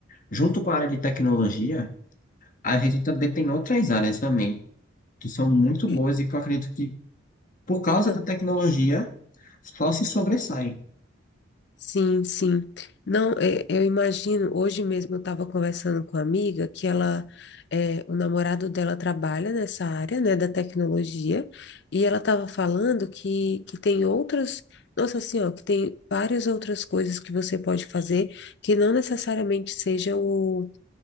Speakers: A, on the left (about 40°); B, on the left (about 55°).
A: junto com a área de tecnologia, a gente também tem outras áreas também, que são muito
B: é,
A: boas e que eu acredito que, por causa
B: aham.
A: da tecnologia, só se sobressaem.
B: Sim, sim. Não, é, eu imagino, hoje mesmo eu estava conversando com uma amiga que ela, é, o namorado dela trabalha nessa área, né, da tecnologia, e ela estava falando que, que tem outras, nossa senhora, que tem várias outras coisas que você pode fazer que não necessariamente seja o,